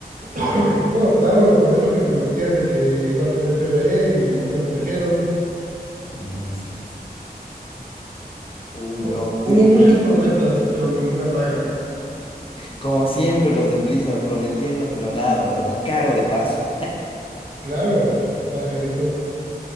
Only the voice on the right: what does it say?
<clears throat> No, claro, con eso que prometían de que iba a tener PvE y nunca lo trajeron.
Hu-
Hubo
muchas
promesas, pero ninguna paga.
Claro, está carito.